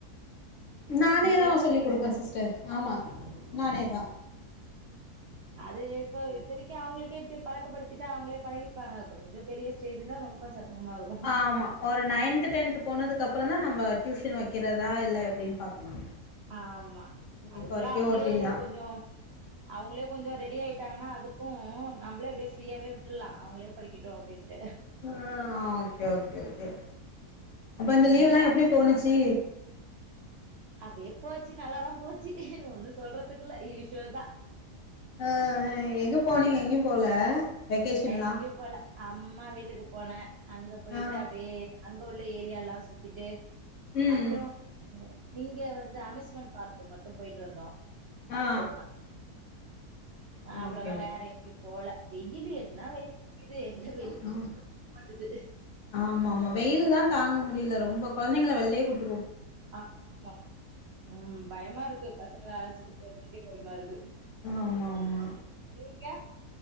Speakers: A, on the left; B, on the right.
A: நானேதா
B: நீங்கதா
A: சொல்லி
B: டியூஷனா
A: குடுப்பே சிஸ்டர் ஆமா
B: ம்
A: நானே தா
B: அது இப்போ இப்பொதிக்கு அவுங்குளுக்கே இப்டி பழக்கபடுத்திடா அவுங்களே பழகிப்பாங்க கொஞ்ஜோ பெரிய ஸ்டேஜ் தா ரொம்ப சிரமமா இருக்கு
A: ஆமா ஒரு நைன்து டென்து போனது கப் அப்றோ தா நம்ப டியூஷன் வக்கிறதா இல்ல எப்டினு பாக்கலா
B: ஆமா அதுக்குள்ள
A: இப்ப வரைக்கு
B: அவுங்களே
A: ஓட்டிலா
B: எதோ கொஞ்ஜோ அவுங்களே கொஞ்ஜோ ரெடி ஆயிட்டாங்கனா அதுக் க்கூ நம்ளே அப்டியே ஃப்ரீயாவே விட்டுர்லா அவுங்ளே படிகிட்டு அப்டீன்ட்டு
A: ஆஹ் ஓகே ஓகே ஓகே அப்பெ இந்தெ
B: ம்
A: லீவ்லா
B: பசங்
A: எப்டி போணுச்சீ
B: அப்டியே போச்சி நல்லாதா போச்சி ஒன்னு சொல்றதுகில்ல ஈஸியாதா
A: அ அ எங்க போனீங்க எங்கெயு போல வெக்கேஷன்லா
B: எங்கியு போல அம்மா வீட்டுக்கு போனே அங்க போய்ட்டு
A: ஆ
B: அப்டியே அன்ட் அங்க உள்ள ஏரியால்லா சுத்திட்டு
A: ம்
B: அப்பறோ நீங்க வந்து அமேஸ்மண்ட் பார்க் மட் டும் போயிட்டு வந்தோ
A: ஆ
B: ஒர் நா அ
A: ஆ
B: அவ்ளோதா
A: ஓகே
B: வேற
A: ஓகே
B: எங்கியு போல வெயிலு எ என்ன வெயிலு அடிக்குது எங்க வெளி <unintelligible>
A: ஆ
B: மாட்டுது
A: ஆமா ஆமா வெயில்தா தாங்க முடியல ரொம்ப கொழந்தங்கள வெள்ளயே கூட்
B: ஆ மா உம் பயமாருக்கு பசங்கள அழச்சுட்டு போறதுக்கு <unintelligible> மருகு
A: ஆமா ஆமா
B: நீங்க